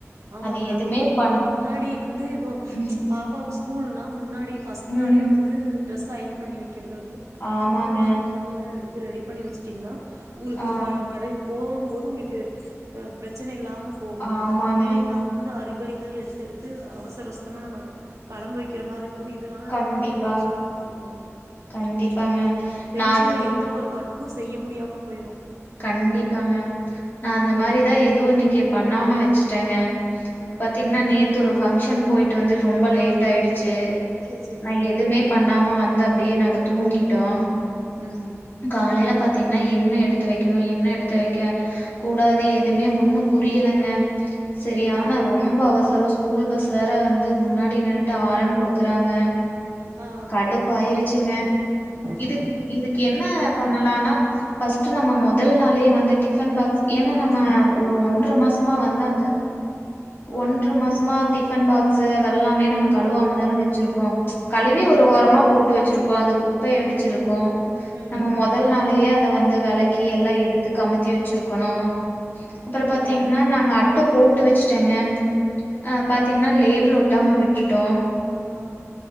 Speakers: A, on the right; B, on the left.
A: ஆமாங்க
B: அது எதுவுமே
A: முன் இப்போ
B: பண்
A: முன்னாடி வந்து இவோ
B: ம்
A: ச் பாப்பாக்கு ஸ் கூலுனா முன்னாட் டி ஃபர்ஸ்ட்
B: ம்
A: நாளே வந்து ட்ரஸ் அயன் பண்ணி வை க்கிறதுலயிருந்து
B: ஆமாங்க
A: சூ சாக்ஸ் எல்லா எடுத் ரெடி பண்ணி வெச் ங்கன்னா உங்களுக்கு
B: ஆ
A: க கடை போற ம்போது உங்களுக்கு அ பிரச்சன இல்லாம போகும்
B: ஆமாங்க
A: இல்லினா வந்து ஹரிபெரிஹா எடுது எடுது அவசர அவசரமா நம்ம களம்ப வைக்ற மாரி க்கு இதனால
B: கண்டிப்பா
A: நமகு டென்ஷ்னாக் இருக்கு
B: கண்டிப்பாங்க
A: அந்த டென்ஷன்ல
B: நா அந்த
A: எந்த ஒரு ஒர்க் கு செய்ய முடியாம போயிரு
B: கண்டிப்பாங்க நா
A: ம்
B: அந்த மாரிதா எதுவு இன்னைக்கு பண் ணாம வெச்சுட்டங்க
A: ம்
B: பாத்தீங்னா நேத்தொரு ஃபக்ஷன் போயிட்டு வந்து ரொம்ப லேட் ஆயிடு ச்சு
A: சேரி சேரிங்க
B: நா எதுமே பண்ணாம வந் தப் அப்டியே நாங்க தூங்கிட்டோ
A: ம்
B: காலைல பாத்தீங்னா என்ன எடுத்து வெக்கணு என்ன எடுத்து வெக்க ஹா கூடாது எதுமே ஒண்ணு புரியலங்க செரி
A: சேரிங்க
B: ஆனா ரொம்ப அவசர அவஸ் கூல் பஸ் வேற வந்து முன்னாடி நின்னுட்டு ஆரன் குடுக்கறாங்க
A: ஆ
B: கடுப்பாயிருச்சுங்க
A: ம்
B: இது இது என்ன பண்ணலானா ஃபஸ்டு நம்ம மொதல் நாளே வந்து டி ஃபன்பாக்ஸ் ஏனா
A: ஆ
B: நம்ம
A: சரி
B: ஒரு ஒன்ற
A: ஆ
B: மாசமா
A: குடுக்குற
B: வந்து
A: ஃபோனு
B: அந்த
A: ஆ
B: ஒன்ற மாசமா டிஃபன் பாக்ஸு அதெல்லாமே நம கழுவாம தானே வெச் ச்சிருப்போம் கழிவி
A: ஆமாங்க
B: ஒரு ஓரமா போட்டு வெச்சிருப் இப்போ அது குப்பைய அடிச்சிருக்கும்
A: ம்
B: நம்ம
A: ம்
B: முதல் நாளயே அத வந்து வேளக்கி எல்லாம் எடுத்து கமத்தி வெச்சிருக் கொணும் அப்புறம் பாத்தீங்கன்னா
A: ஆ
B: நாங்க அட்ட போட்டு வெச் ங்க ஆ பாத்திங்னா லே பிள் ஒட்டாம விட்டுட்டோம்
A: ஆ